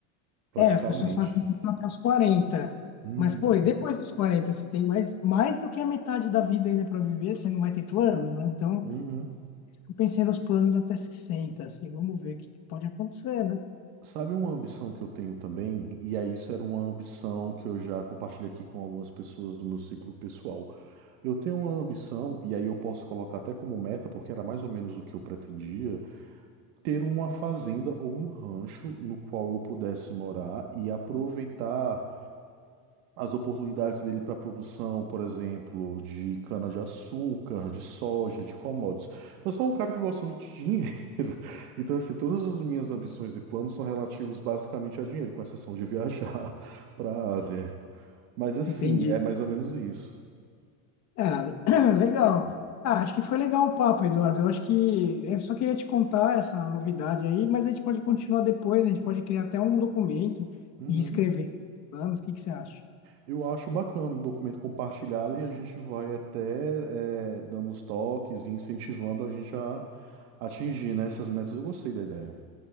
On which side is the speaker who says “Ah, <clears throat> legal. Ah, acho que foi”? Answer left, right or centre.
Left